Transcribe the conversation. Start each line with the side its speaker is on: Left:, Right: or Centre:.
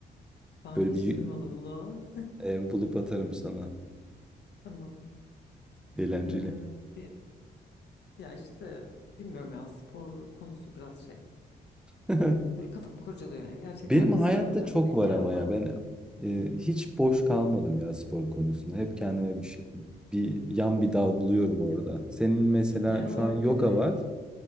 Left: Ben
Centre: Böyle
Left: hiç
Centre: bir
Left: duymadım bunu.
Centre: e, bulup atarım sana.
Left: Tamam.
Centre: Eğlenceli.
Left: Ee, bir, ya işte bilmiyorum ya spor konusu biraz şey.
Centre: <laughs>
Left: Böyle kafam kurcalıyor yani. Gerçekten
Centre: Benim
Left: istiyorum
Centre: hayatta
Left: yapmayı
Centre: çok var
Left: bir yandan.
Centre: ama ya ben e, hiç boş kalmadım ya spor konusunda. Hep kendime bir şey, bir yan bir
Left: Hı hı.
Centre: dal buluyorum orada. Senin mesela
Left: Peki genel olarak
Centre: şu an yoga
Left: böyle
Centre: var,